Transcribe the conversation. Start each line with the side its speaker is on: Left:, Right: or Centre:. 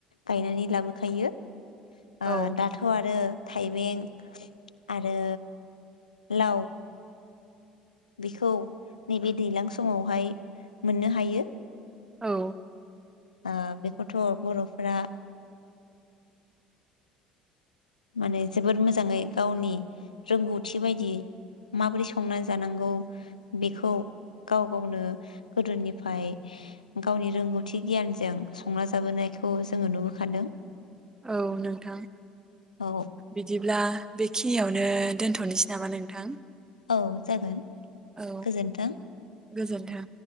Left: गायनानै लाबोखायो
Right: औ
Left: ओ दाथ आरो थाइबें आरो लाव बेखौ नैबे दैज्लां समावहाय मोननो हायो
Right: औ
Left: आ बेखौथ बरफ्रा माने जोबोद मोजाङै गावनि रोंगौथि बायदि माबोरै संना जानांगौ बेखौ गाव गावनो गोदोनिफ्राय गावनि रोंगौथि गियानजों संना जाबोनायखौ जोङो नुबोखादों
Right: औ नोंथां
Left: औ
Right: बिदिब्ला बेखि खिनियावनो दोनथनोसै नामा नोंथां
Left: औ जागोन
Right: औ
Left: गोजोन्थों
Right: गोजोन्थों